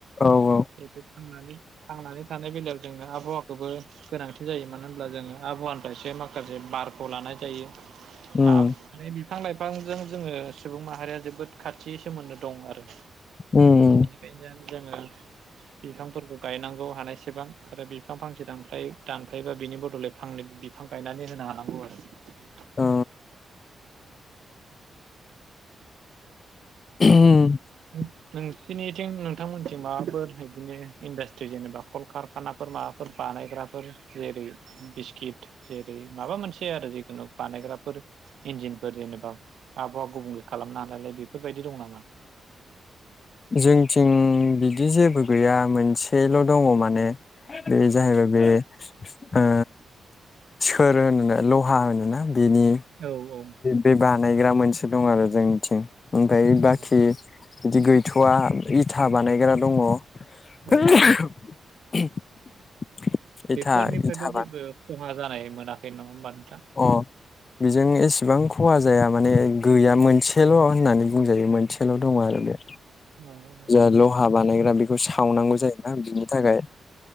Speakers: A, on the left; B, on the right.
A: औ औ
B: जेहुथु थांनानै थांनानै थानाय बेल <unintelligible> जोंनो आबहावाखौबो गोनांथि जायो मानो होनब्ला जोङो आबहावानिफ्रायसो माखासे बारखौ लानाय जायो।
A: उम
B: आब माने बिफां लाय फांजों जोङो सुबुं माहारिया जोबोद खाथि सोमोन्दो दं आरो।
A: उम उम।
B: बेनिखायनो जोङो बिफांफोरखौ गायनांगौ हानायसेबां आरो बिफां फांसे दानफाय दानफायोबा बिनि बदलै फांनै बिफां गायनानै होनो हानांगौ आरो।
A: अ। <unintelligible>
B: नोंसिनिथिं नोंथांमोनथि माबाफोर बिदिनो इन्डास्ट्रि जेनेबा कलकारखानाफोर माबाफोर बानायग्राफोर जेरै बिस्किट जेरै माबा मोनसे आरो जिखुनु बानायग्राफोर इन्जिनफोर जेनेबा आबहावा गुबुंले खालामनो हालायालाय बे फोरबायदि दं नामा?
A: जोंथिं बिदि जेबो गैया मोनसेल' दङ माने। बे जाहैबाय बे ओ सोर होना लहा होनोना बेनि
B: औ औ
A: बे बानाय ग्रा मोनसे दं आरो जोंनिथिं ओमफ्राय बाखि
B: औ
A: बिदि गै थ'वआ इथा बानायग्रा दङ। <unintelligible>
B: औ
A: <unintelligible> इथा
B: बेफोरनिफ्रायबो
A: इथा
B: जेबो
A: बा
B: खहा जानाय मोनाखै नङा होनोमबा नों
A: अ बेजों एसेबां खहा जाया माने गैया मोनसेल' होननानै बुंजायो मोनसेल' दङ आरो बे
B: औ
A: जे लहा बानायग्रा बेखौ सावनांगौ जायोना बिनि थाखाय